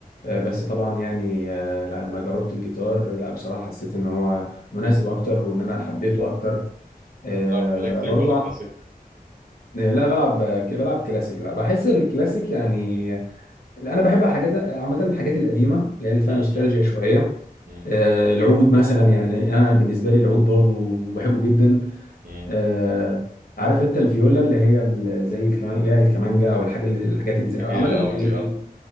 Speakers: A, on the left (about 75°); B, on the right (about 60°).
A: آه، بس طبعا يعني آه، لما جربت الجيتار لا بصراحه حسيت ان هو مناسب اكتر وان انا حبيته
B: مم.
A: اكتر آه،
B: تلعب الكتريك
A: برضو
B: ولا
A: ع-
B: كلاسيك؟
A: لا بلعب بلعب كلاسيك لا بحس الكلاسيك يعني انا بحب حاجات عامه الحاجات القديمه اللي هي اللي فيها
B: مم.
A: نوستالجيا شويه
B: مم.
A: آه، العود مثلا يعني انا بالنسبه لي العود برضو بحبه جدا
B: مم.
A: آه عارف انت الفيولا اللي هي ال- زي الكمان اللي هي الكمانجا او الحاجه اللي الحاجات اللي زي
B: كبيرة
A: عامه ال-
B: أوي دي
A: ال-
B: اه
A: ال-